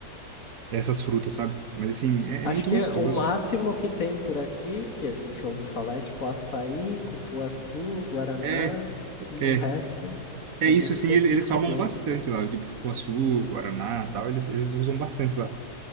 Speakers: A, on the right (about 65°); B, on the left (about 60°).
A: essas frutas, sabe? Mas, assim, é,
B: Acho
A: é muito
B: que
A: gostoso.
B: o máximo que tem por aqui, que a gente ouve falar, é tipo açaí, cupuaçu, guaraná,
A: É,
B: e
A: é,
B: o resto
A: é
B: é
A: isso,
B: muito
A: assim,
B: específico
A: ele- eles tomam
B: deles.
A: bastante lá, tipo, cupuaçu, guaraná, tal, eles, eles usam bastante lá.